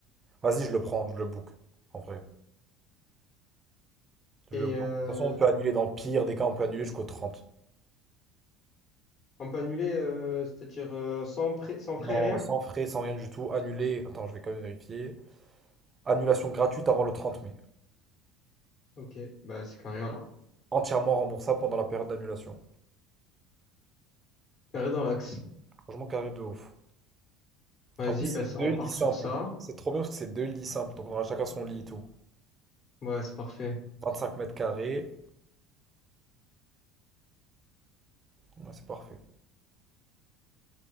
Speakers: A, on the right; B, on the left.
A: Vas-y, je le prends, je le book. En vrai. Je
B: Et
A: le book.
B: euh,
A: De toute façon, on peut annuler dans le pire des cas, on peut annuler jusqu'au trente.
B: On peut annuler, euh, c'est-à-dire euh, sans, pré- sans frais,
A: Non,
B: rien?
A: sans frais, sans rien du tout. Annuler. Attends, je vais quand même vérifier. Annulation gratuite avant le 30 mai.
B: Ok, bah c'est carré alors.
A: entièrement remboursable pendant la période d'annulation.
B: Carré dans l'axe.
A: Franchement, carré de ouf.
B: Vas-y,
A: En plus, c'est
B: bah, ça-
A: deux
B: on part
A: lits simples.
B: sur ça.
A: C'est trop bien parce que c'est deux lits simples. Donc, on aura chacun son lit et tout.
B: Ouais, c'est parfait.
A: 25 mètres carrés. Ouais, c'est parfait.